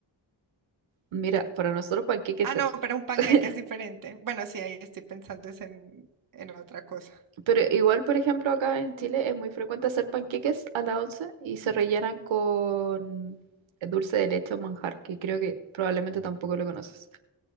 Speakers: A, on the right; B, on the right.
A: Mira, para nosotros panqueque
B: Ah,
A: es
B: no,
A: eso.
B: pero un panqueque
A: <laughs>
B: es diferente. Bueno, sí, ahí estoy pensando es en, en otra cosa.
A: Pero igual, por ejemplo, acá en Chile es muy frecuente hacer panqueques a la once y se rellenan con dulce de leche o manjar, que creo que probablemente tampoco lo conoces.